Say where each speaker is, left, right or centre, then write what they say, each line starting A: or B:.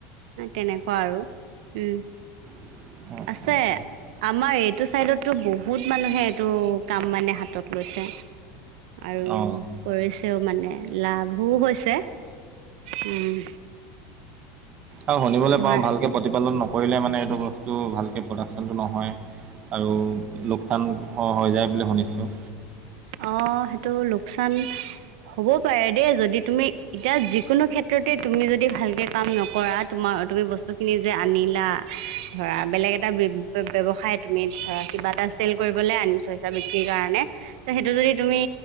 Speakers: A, on the right; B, on the right.
A: তেনেকুৱা আৰু উম।
B: অ', অ',
A: আছে
B: অ'।
A: আমাৰ এইটো চাইডততো বহুত মানুহে এইটো কাম মানে হাতত লৈছে। আৰু
B: অ,
A: কৰিছেও মানে লাভো হৈছে। উম।
B: আৰু শুনিবলৈ
A: ধৰ
B: পাওঁ ভালকে প্ৰতিপালন নকৰিলে মানে এইটো বস্তু ভালকে প্ৰডাকশ্যনটো নহয়। আৰু লোকচান হৈ যায় বুলি শুনিছোঁ।
A: অ', সেইটো লোকচান হ'ব পাৰে দেই যদি তুমি এতিয়া যিকোনো ক্ষেত্ৰতে তুমি যদি ভালকে কাম নকৰা। তোমাৰ তুমি বস্তুখিনি যে আনিলা ধৰা বেলেগ এটা ব্যৱসায় তুমি ধৰা কিবা এটা চেল কৰিবলে আনি চইচা বিক্ৰীৰ কাৰণে ত সেইটো যদি তুমি